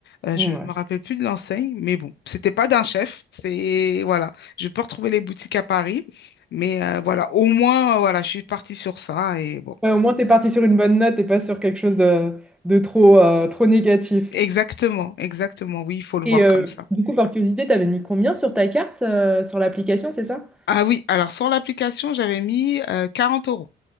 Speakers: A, on the left (about 60°); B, in the centre.
A: Euh,
B: Bon,
A: je
B: ouais.
A: me rappelle plus de l'enseigne, mais bon, c'était pas d'un chef. C'est, voilà, je peux retrouver les boutiques à Paris. Mais euh, voilà, au moins, euh, voilà, je suis partie sur ça et bon.
B: Ouais, au moins, t'es parti sur une bonne note et pas sur quelque chose de, de trop, euh, trop négatif.
A: Exactement, exactement. Oui, il faut le
B: Et
A: voir
B: euh,
A: comme ça.
B: du coup, par curiosité, t'avais mis combien sur ta carte, euh, sur l'application, c'est ça?
A: Ah oui, alors sur l'application, j'avais mis euh, 40 euros.